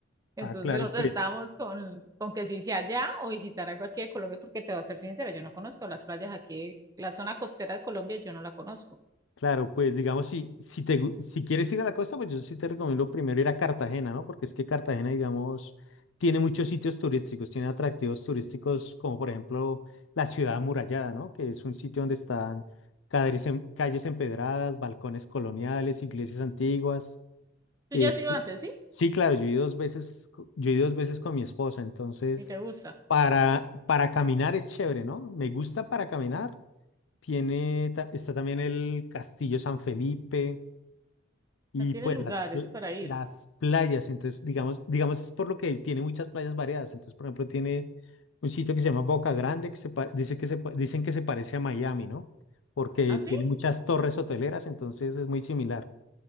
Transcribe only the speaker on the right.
Entonces
nosotros
estábamos con, con que si sea allá o visitar algo aquí de Colombia, porque te voy a ser sincera, yo no conozco las playas aquí, la zona costera de Colombia, yo no la conozco.
¿Tú
ya has
ido antes, sí?
¿Y te gusta?
¿No tienes
lugares
para ir?
¿Ah, sí?